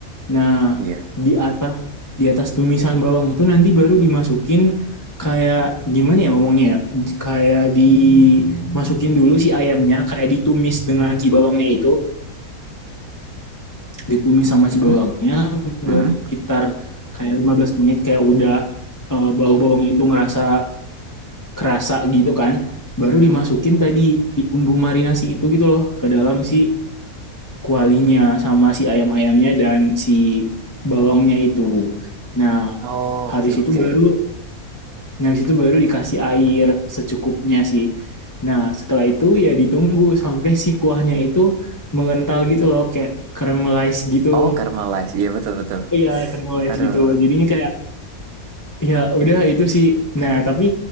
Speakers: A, on the left; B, on the right.
A: Nah
B: iya.
A: di atas di atas tumisan bawang itu nanti baru dimasukin kayak gimana ya ngomongnya ya? kayak dimasukin dulu si ayamnya kayak ditumis dengan si bawangnya itu ditumis sama
B: Mm-mm,
A: si bawangnya baru
B: mm-mm,
A: sekitar kayak 15 menit kayak udah eh, bau bawang itu ngerasa kerasa gitu kan baru dimasukin
B: mm-mm.
A: tadi di bumbu marinasi itu gitu loh ke dalam si kualinya sama si ayam-ayamnya dan si bawangnya itu nah
B: Oh,
A: habis
B: oke,
A: itu
B: oke.
A: baru nah habis itu baru dikasih air secukupnya sih nah setelah itu ya ditunggu sampai si kuahnya itu mengental gitu loh kayak caramelize gitu
B: Oh, Karma Life. Iya, betul, betul.
A: iya caramelize
B: Aduh.
A: gitu jadinya kayak ya udah itu sih nah tapi